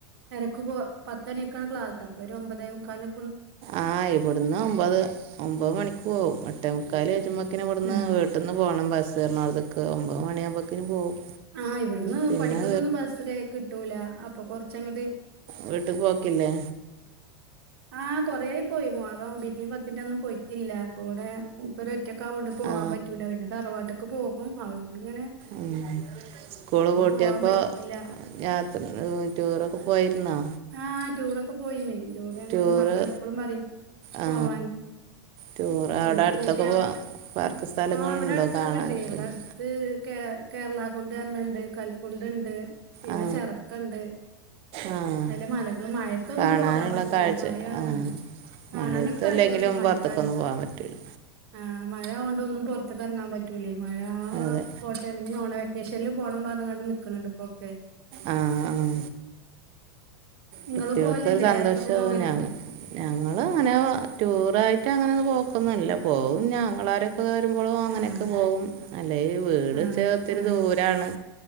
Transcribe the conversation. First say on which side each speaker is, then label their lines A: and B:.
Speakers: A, on the right; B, on the right.
A: തെരക്ക് പോ പത്തണിയൊക്കെയാ ക്ലാസ് അപ്പോരു ഒമ്പതേമുക്കാല്ന്
B: ആഹ് ഇവിടുന്ന് ഒമ്പത് ഒമ്പത് മണിക്ക് പോവും എട്ടേമുക്കാൽ കജുമ്മത്തേക്ക് ഇവിടുന്ന്
A: ആഹ്
B: വിട് പെട്ടന്ന് പോണം ബസെറുണോട്ത്ത്ക്ക് ഒമ്പത് മണിയാകുമ്പോക്കിന് പോവും
A: ആഹ് ഇവിടന്ന്
B: പിന്നെ
A: പടിക്കന്നൊന്നും ബസ്സ്കിട്ടൂല അപ്പൊ കൊറച്ചങ്ങട്ട്
B: വീട്ടി പോക്കില്ലേ
A: ആഹ് കൊറേപോയി മുഹറം ഒമ്പിന്റേം പത്തിന്റെന്നും പോയിട്ടില്ല അപ്പൊടെ മൂപ്പര് ഒറ്റക്കാവോണ്ട് പോകാൻ
B: ആ
A: പറ്റൂല്ല പിന്നെ തറവാട്ട്ക്ക് പോകും അവിടുന്ന് ങ്ങനെ
B: ഉം സ്കൂള് പൂട്ടിയപ്പോ
A: പോവാൻ പറ്റില്ല
B: യാത്ര ടൂറൊക്കെ പോയിരുന്നോ
A: ആഹ് ടൂറൊക്കെ പോയിന് ടൂർ ഞങ്ങള്
B: ടൂറ്
A: മക്കള എപ്പോഴും പറയും
B: ആ
A: പോവാന്ന്
B: ടൂർ അവിടെ
A: ഓല്
B: അടുത്തൊക്കെ
A: പൂട്ടിയ
B: പോ പാർക്ക് സ്ഥലങ്ങളുണ്ടോ
A: ആഹ് ഇവിടെ അടുത്തൊക്കെ
B: കാണാനൊക്കെ
A: ണ്ട് ഇവിടെ
B: ഉണ്ട്.
A: അട് ത്ത് കേ കേരളാ കുണ്ട് റഞ്ഞെണ്ട് കൽക്കുണ്ടുണ്ട് പിന്നെ
B: ആ
A: ചെറക്കുണ്ട്
B: ആ ആ
A: അയ്ലെ മലകള് മഴത്തൊന്നും
B: കാണാനുള്ള
A: പോകാൻ പറ്റൂലേയ്
B: കാഴ്ച
A: മഴയാകൊണ്ട്
B: ആ
A: കാണാനൊക്കെ
B: മഴയത്തല്ലെങ്കിലും
A: കാഴ്ചകളുണ്ട് മയക്കാലത്ത്
B: പുറത്തേക്കൊന്നും പോകാൻ പറ്റില്ല
A: ആഹ് മഴയകൊണ്ട ഒന്നും പുൊറത്ത കറങ്ങാൻ പറ്റൂലേ മഴ
B: അതെ
A: പോട്ടെ ഇനി ഓണം വെക്കേഷനിൽ പോണം പറഞ്ഞങ്ങാണ്ട് നിക്കുന്നുണ്ട് ഇപ്പോ ഒക്കെ
B: ആഹ് ആഹ്
A: ഇങ്ങള്
B: കുട്ടികൾക്കൊരു
A: പോവലില്ലേ
B: സന്തോഷം
A: യാത്രൊക്കെ പോകലുണ്ടോ
B: ഞാൻ ഞങ്ങള് അങ്ങനെ ടൂറായിട്ട് അങ്ങനെ ഒന്നും പോക്കുന്നില്ല പോകും ഞങ്ങളാരൊക്കെ വരുമ്പളോ അങ്ങനെയൊക്കെ
A: ആഹ്
B: പോകും അല്ലേല് വീട് വെച്ച
A: ആഹ്
B: ഒത്തിരി
A: ആഹ്
B: ദൂരാണ്